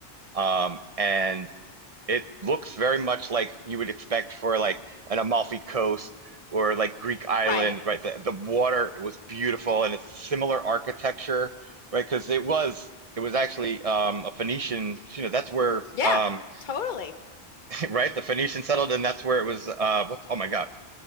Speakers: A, on the right; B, on the left.
A: Um, and. It looks very much like you would expect for like an Amalfi Coast or like Greek island,
B: Right.
A: right? The, the water was beautiful and it's similar architecture, right? Because it was it was actually um, a Phoenician, you know, that's where
B: Yeah,
A: um,
B: totally.
A: <laughs> right the Phoenicians settled, and that's where it was. Uh, what's oh my God,